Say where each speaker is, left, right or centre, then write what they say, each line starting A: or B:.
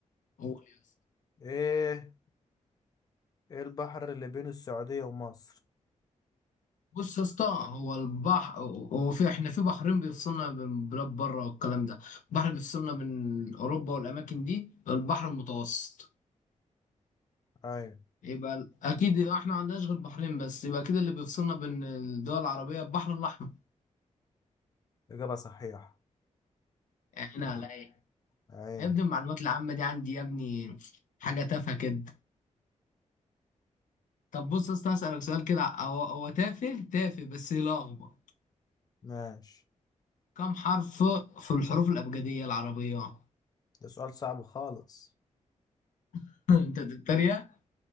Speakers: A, on the left; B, on the left.
A: قول يا اسطى.
B: إيه إيه البحر اللي بين السعودية ومصر؟
A: بص يا اسطى هو البحر هو في احنا في بحرين بيفصلنا بين بلاد بره والكلام ده بحر بيفصلنا بين أوروبا والأماكن دي البحر المتوسط
B: أيوة
A: يبقى ال- اكيد احنا ما عندناش غير بحرين بس يبقى كده اللي بيفصلنا بين الدول العربيه البحر الاحمر
B: إجابة صحيحة
A: يعني على ايه
B: عين
A: يا ابني المعلومات العامه دي عندي يا ابني حاجه تافهه كده طب بص يا اسطى اسالك سؤال كده هو هو تافه تافه بس يلخبط
B: ماشي
A: كم حرف في الحروف الابجديه العربيه
B: ده سؤال صعب خالص
A: <laughs> انت بتتريق